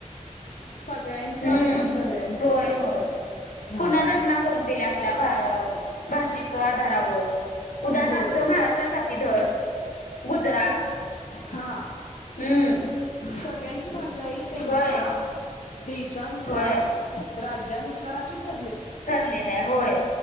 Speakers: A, on the left; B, on the left.
A: सगळ्यांचं
B: हम्म,
A: आहे सगळ्यांचं
B: होय होय
A: हा
B: पुनर्रचना करून दिल्या आप <unintelligible> भ भाषिक आधारावर उदाहरणार्थ
A: होय
B: महाराष्ट्रासाती धर गुजरात
A: हा
B: हम्म
A: सगळ्यांची भाषा ही त्यांच्या
B: होय
A: देश शानुसार,
B: होय
A: राज्यानुसार अशी ठर
B: ठरलेलं आय होय